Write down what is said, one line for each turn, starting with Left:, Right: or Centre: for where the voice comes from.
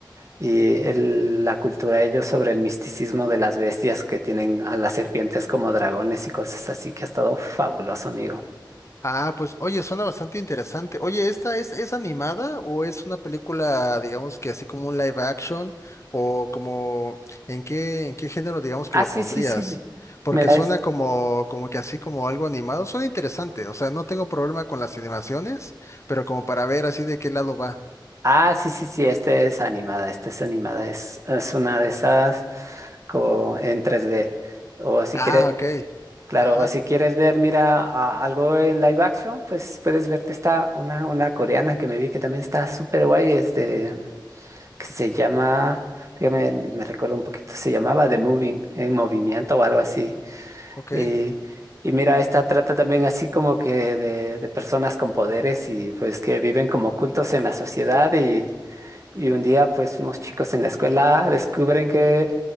Right: y el- la cultura de ellos sobre el misticismo de las bestias que tienen a las serpientes como dragones y cosas así, que ha estado fabuloso, amigo.
Left: Ah, pues oye, suena bastante interesante. Oye, ¿esta es, es animada o es una película, digamos que así como un live action? ¿O como en qué, en qué género digamos que
Right: Ah,
Left: lo
Right: sí,
Left: pondrías?
Right: sí, sí.
Left: Porque
Right: Mira,
Left: suena como, como que así como algo animado. Suena interesante. O sea, no tengo problema con las animaciones, pero como para ver así de qué lado va.
Right: Ah, sí, sí, sí, Esta es animada, Esta es animada, es, es una de esas como en 3D. O si
Left: Ah,
Right: quieres,
Left: ok.
Right: claro,
Left: Ajá,
Right: o si quieres ver, mira, a- algo en live action, pues puedes verte esta, una, una coreana que me vi que también está súper guay, es de, que se llama, dígame, me recuerdo un poquito, se llamaba The Moving, en movimiento o algo así.
Left: ok.
Right: Y, y mira, esta trata también así como que de, de personas con poderes y pues que viven como ocultos en la sociedad y un día, pues, unos chicos en la escuela descubren que,